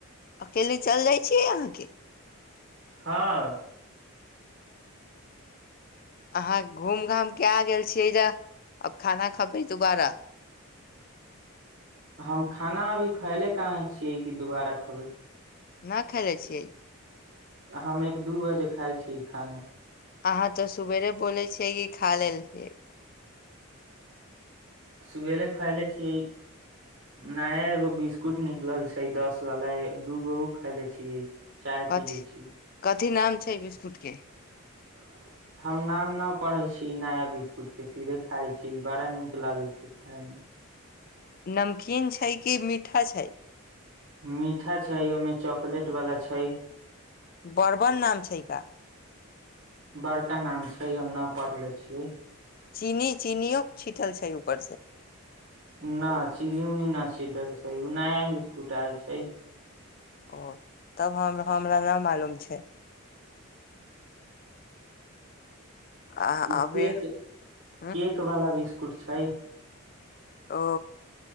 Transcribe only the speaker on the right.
हँ
हम खाना अभी खायले कहाँ छियै कि दुबारा खबै
हम एक दू बजे खाय छी खाना
सुबेरे खायले छियै नया एगो बिस्कुट निकलल छै दस वाला दूगो उ खईले छीयै चाय
पी ले छी
<unintelligible> हम नाम नऽ पढ़े छी नया बिस्कुट के सीधे खाय छी ई बड़ा नीक लगे छै खाय मे
मीठा छै ओहिमे चॉकलेट वाला छै
बड़का नाम छै हम नऽ पढ़ले छिये
न चीनी उऊनी नऽ छिटल छै उ नया बिस्कुट आयल छै
उ
केक
केक वाला बिस्कुट छै